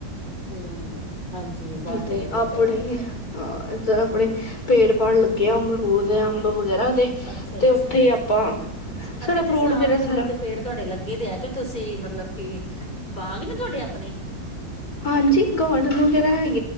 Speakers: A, on the left; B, on the left.
A: ਹਮ ਹਾਂਜੀ। ਬਾਹਰ
B: ਤੇ
A: ਬਹੁਤ
B: ਆਪਣੇ
A: ਜ਼ਿਆਦਾ ਹੂੰ।
B: ਇੱਧਰ ਆਪਣੇ ਪੇੜ ਭਲੱ ਗਿਆਿਆ ਅੰਮਰੂਦ <unintelligible> ਵਗੈਰਾ
A: ਅੱਛਾ-ਅੱਛਾ,
B: ਤੇ ਤੇ ਉੱਥੇ ਹੀ ਆਪਾਂ
A: ਅੱਛਾ ਅੱਛਾ
B: ਸਾਡਾ ਫਰੂਟ
A: ਜਿਸ ਤਰ੍ਹਾਂ
B: ਵਗੈਰਾ
A: ਅੰਬ ਅਮਰੂਦ
B: ਸਾਰਾ
A: ਦੇ ਪੇੜ ਤੁਹਾਡੇ ਲੱਗੇ ਦੇ ਆ ਤੇ ਤੁਸੀਂ ਮਤਲਬ ਕਿ ਬਾਗ ਨੇ ਤੁਹਾਡੇ ਆਪਣੇ
B: ਹਾਂਜੀ ਗੋਡਨ ਵਗੈਰਾ ਹੈਗਾ <unintelligible>